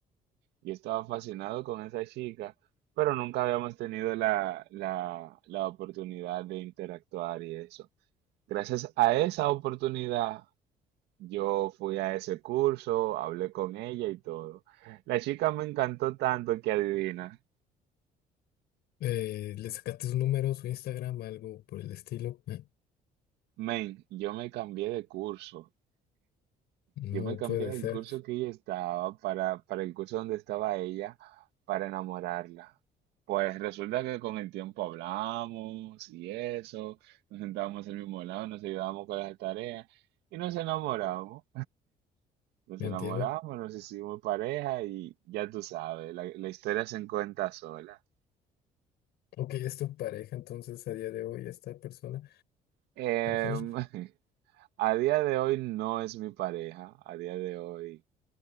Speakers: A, on the right (about 80°); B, on the left (about 75°).
A: Yo estaba fascinado con esa chica, pero nunca habíamos tenido la, la, la oportunidad de interactuar y eso. Gracias a esa oportunidad yo fui a ese curso, hablé con ella y todo. La chica me encantó tanto que adivina.
B: Eh, ¿le sacaste su número, su Instagram, algo por el estilo? Eh,
A: Men, yo me cambié de curso.
B: No
A: Yo me cambié
B: puede
A: del
B: ser,
A: curso que ella estaba para, para el curso donde estaba ella para enamorarla. Pues resulta que con el tiempo hablamos y eso, nos sentábamos al mismo lado, nos ayudábamos con las tareas y nos enamoramos. Nos
B: no
A: enamoramos,
B: entiendo.
A: nos hicimos pareja y ya tú sabes, la, la historia se cuenta sola.
B: Ok, ¿es tu pareja entonces a día de hoy esta persona,
A: Em,
B: Argenis?
A: <laughs> a día de hoy no es mi pareja, a día de hoy